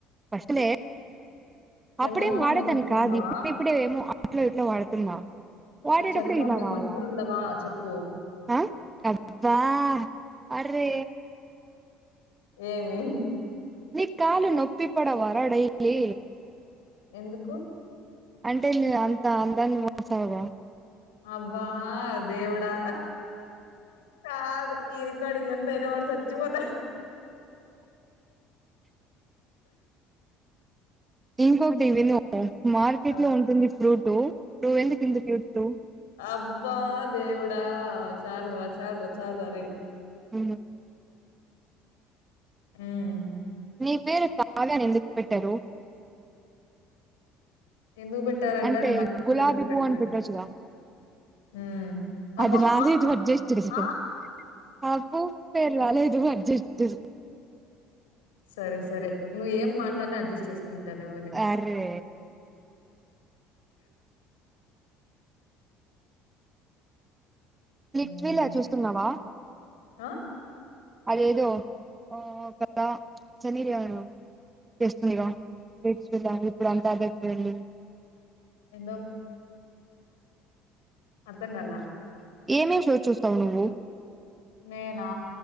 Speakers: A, on the right; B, on the left.
A: ఫస్ట్ లే
B: చందమామ
A: అప్పుడేం వాడేదాని
B: మీద మచ్చలుండవా?
A: కాదు. ఇప్పుడ ఇప్పుడే ఏమో అట్లో ఇట్లో వాడుతున్నా. వాడేటపుడు
B: ఆ చందమామ
A: ఇలా
B: మీద
A: రావలా
B: మచ్చలుండవా చెప్పు.
A: ఆ అబ్బా అర్రే
B: ఏమి
A: నీ కాలు నొప్పి పడవ రా డైలీ
B: ఎందుకు
A: అంటే ను అంత అందాన్ని మోసావు
B: అబ్బా దేవుడా కాదు ఈరికార్డింగ్ ఎంత అయినా పడతాద్ చచ్చిపోతాడు
A: ఇంకొకటి విను మార్కెట్
B: ఆ!
A: లో ఉంటుంది ఫ్రూట్ నువ్వెందుకు ఇంత క్యూట్
B: అబ్బా దేవుడు చాల్ రా చాల్రా చాల్రా రే
A: ఉ
B: ఉమ్
A: నీ పేరు కావ్య అని ఎందుకు పెట్టారు
B: ఎందుకు పెట్టారంటే
A: అంటే
B: నక్షత్రం
A: గులాబీ
B: జూసి
A: పువ్వు
B: పెట్టారు.
A: అని పెట్టొచ్చుగా
B: హ్మ్. అబ్బా!
A: అది రాధు
B: ఆ!
A: <unintelligible>
B: ఆ!
A: నాకు పేర్వలేదు అడ్జస్ట్ చే
B: సర సరే నువ్ ఏం మాట్లాడిన అడ్జస్ట్ చేసుకో కుండల వాలకు
A: అరే లిక్విలా
B: హ్మ్. ఓకే.
A: చూస్తున్నావా
B: ఆ
A: అదేదో ఆ కదా చేరిగారు తేస్తుందిగా పెట్ల్స్ వేస్టుగా ఇప్పుడు అంతా అర్జెంట్ గా వెల్లి
B: ఎంనో అర్థం కాలా
A: ఏమేమి చో చూస్తావు నువ్వు
B: నేనా